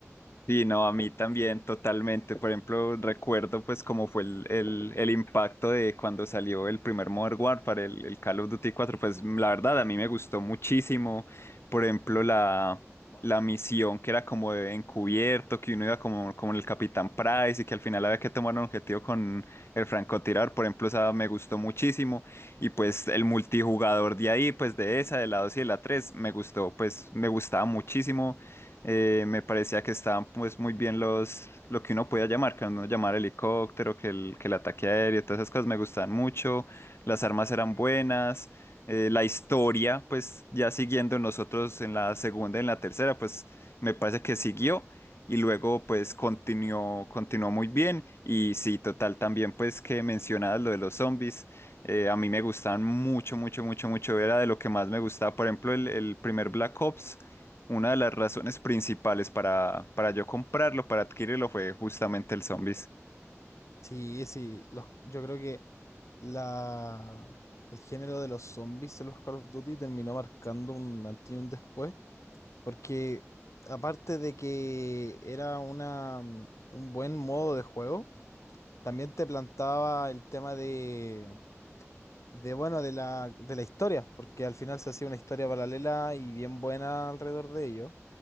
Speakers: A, on the left; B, on the left.
A: Sí, no, a mí también totalmente. Por ejemplo, recuerdo pues cómo fue el, el, el impacto de cuando salió el primer Modern Warfare, el, el Call of Duty cuatro. pues la verdad a mí me gustó muchísimo. Por ejemplo, la, la misión que era como de encubierto, que uno iba como, como el Capitán Price y que al final había que tomar un objetivo con el francotirador, por ejemplo, esa me gustó muchísimo. Y pues el multijugador de ahí, pues de esa, de la 2 y de la 3, me gustó, pues me gustaba muchísimo eh, me parecía que estaban pues muy bien los, lo que uno podía llamar, que uno llamar helicóptero, que el, que el ataque aéreo, todas esas cosas me gustaban mucho, las armas eran buenas, eh, la historia, pues ya siguiendo nosotros en la segunda y en la tercera, pues me parece que siguió y luego pues continuó, continuó muy bien y sí, total, también pues que mencionabas lo de los zombies. eh, a mí me gustaban mucho, mucho, mucho, mucho. Era de lo que más me gustaba. Por ejemplo, el, el primer Black Ops. Una de las razones principales para, para yo comprarlo, para adquirirlo, fue justamente el Zombies.
B: Sí, sí, los, yo creo que la, el género de los zombies en los Call of Duty terminó marcando un antes y un después Porque aparte de que era una, mm, un buen modo de juego, también te plantaba el tema de, de bueno, de la, de la historia, porque al final se hacía una historia paralela y bien buena alrededor de ello.